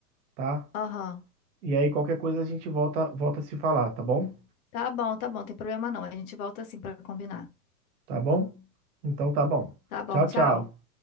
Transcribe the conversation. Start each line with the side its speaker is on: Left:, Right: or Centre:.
Right: tá?
Left: Aham.
Right: E aí qualquer coisa a gente volta, volta a se falar, tá bom?
Left: Tá bom, tá bom, tem problema não. A gente volta assim pra combinar.
Right: Tá bom? Então tá bom.
Left: Tá bom,
Right: Tchau,
Left: tchau.
Right: tchau.